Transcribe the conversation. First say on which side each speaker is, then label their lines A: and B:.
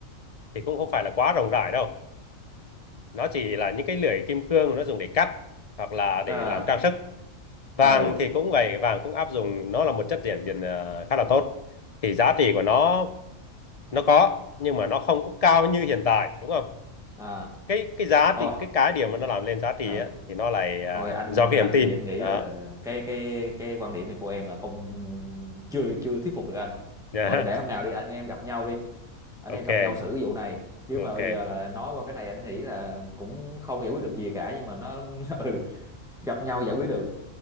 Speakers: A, on the left; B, in the centre.
A: thì cũng không phải là quá rộng rãi đâu nó chỉ là những cái lưỡi kim cương nó dùng để cắt hoặc là
B: à
A: để làm trang sức vàng
B: ờ
A: thì cũng vậy vàng cũng áp dụng nó là một chất dẫn điện ờ, khá là tốt thì giá trị của nó nó có nhưng mà nó không có cao như hiện tại đúng không
B: à.
A: cái cái giá
B: thôi
A: trị cái cái điều mà nó làm lên giá trị
B: Ờ,
A: á, thì nó lại à,
B: thôi anh
A: do
B: anh
A: cái niềm tin
B: thì anh nghĩ
A: đó
B: là cái cái cái quan điểm này của em là không chưa chưa thuyết phục được anh.
A: <laughs>
B: Thôi
A: Dạ.
B: để hôm nào đi anh em gặp nhau đi, anh
A: ok
B: em gặp nhau xử cái vụ này. Chứ
A: ok
B: mà bây giờ là nói qua cái này anh nghĩ là cũng không giải quyết được gì cả nhưng mà nó <laughs> ừ, gặp nhau giải quyết được.